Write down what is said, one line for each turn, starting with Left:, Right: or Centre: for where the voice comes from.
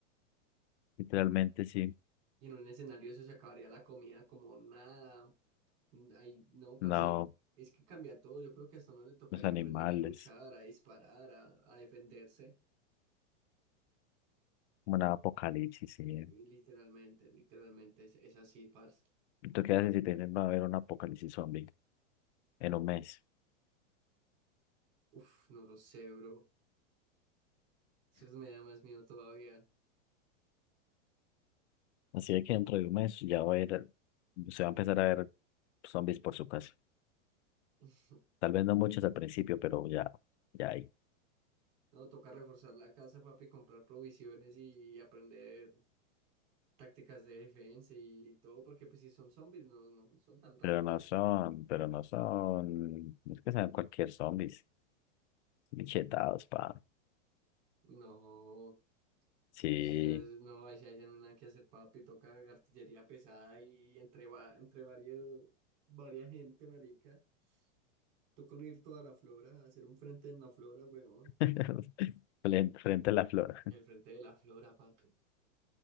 Left: literalmente sí,
Right: Y en un escenario eso se acabaría la comida como nada. Ay, no, parce,
Left: no,
Right: y es que cambia todo. Yo creo que hasta no le tocaría
Left: los animales,
Right: aprender a luchar, a disparar, a, a defenderse.
Left: como una apocalipsis, sí.
Right: Y literalmente, literalmente es, es así, parce.
Left: ¿Tú qué haces si te dicen va a haber un apocalipsis zombie en un mes?
Right: Uf, no lo sé, bro. Eso es- me da más miedo todavía.
Left: Así de que dentro de un mes ya va a haber, se va a empezar a ver zombies por su casa.
Right: <laughs>
Left: Tal vez no muchos al principio, pero ya, ya hay.
Right: No, toca reforzar la casa, papi, comprar provisiones y aprender tácticas de defensa y todo, porque pues si son zombies, no, no son tan rápidos.
Left: Pero no son, pero no son, es que sean cualquier zombies, bichetados, pa.
Right: No,
Left: Sí,
Right: eso ya es- no, ahí sí ya no hay nada que hacer, papi, toca artillería pesada y entre, va- entre varios, varias gente, marica. Toca unir toda la flora, hacer un frente en la flora, weón.
Left: <laughs> Fren- frente a la flor.
Right: El frente de la flora, papi.